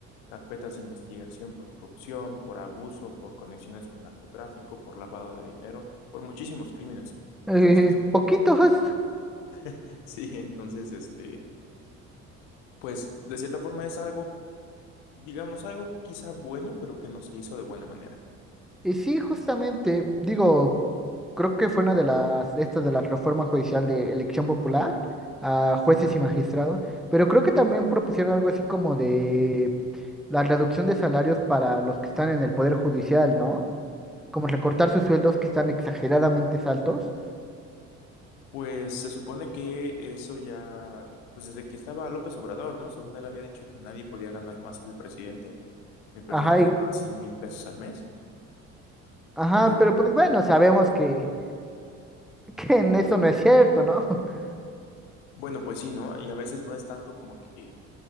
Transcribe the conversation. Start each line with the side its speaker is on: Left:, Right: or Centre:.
Left: carpetas de investigación por corrupción, por abuso, por conexiones con narcotráfico, por lavado de dinero, por muchísimos crímenes.
Centre: Eh,
Left: Entonces,
Centre: poquitos. pues,
Left: <laughs> sí, entonces, este, pues de cierta forma es algo, digamos, algo quizá bueno, pero que no se hizo de buena manera.
Centre: Y sí, justamente, digo, creo que fue una de las, estas de la reforma judicial de elección popular a jueces y magistrados, pero creo que también propusieron algo así como de la reducción de salarios para los que están en el poder judicial, ¿no? Como recortar sus sueldos que están exageradamente altos.
Left: Pues se supone que eso ya, pues desde que estaba López Obrador, ¿no? Según él había dicho que nadie podía ganar más que el presidente. El presidente
Centre: Ajá,
Left: ganaba cien mil pesos al mes,
Centre: Ajá,
Left: pero
Centre: pero pues bueno, sabemos que, <laughs> que en eso no es cierto, ¿no? <laughs>
Left: bueno, pues sí, ¿no? Y a veces no es tanto como que